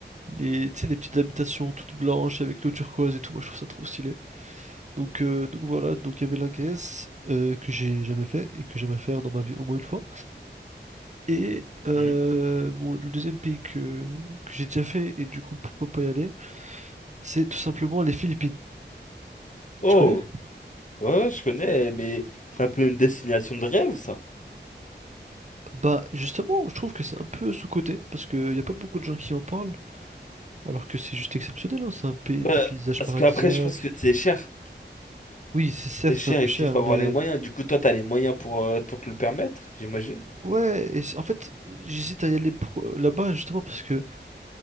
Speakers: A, on the right; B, on the left.
A: Les, tu sais, les petites habitations toutes blanches avec l'eau turquoise et tout, moi je trouve ça trop stylé. Donc, euh, donc voilà, donc il y avait la Grèce euh, que j'ai jamais fait et que j'aimerais faire dans ma vie au moins une fois. Et euh,
B: Hmm
A: bon, le deuxième pays que, que j'ai déjà fait et du coup pourquoi pas y aller, c'est tout simplement les Philippines.
B: Oh,
A: Tu connais?
B: ouais, ouais, je connais, mais c'est un peu une destination de rêve, ça.
A: Bah justement, je trouve que c'est un peu sous-coté, parce qu'il n'y a pas beaucoup de gens qui en parlent, alors que c'est juste exceptionnel, hein, c'est un pays,
B: Bah,
A: des paysages
B: parce
A: paradisiaques.
B: qu'après, je pense que c'est cher.
A: Oui, c'est certes,
B: C'est cher
A: c'est un peu
B: et
A: cher,
B: qu'il faut
A: mais...
B: avoir les moyens. Du coup, toi, t'as les moyens pour, euh, pour te le permettre, j'imagine.
A: Ouais, et c'est- en fait, j'hésite à y aller pour- euh, là-bas, justement, parce que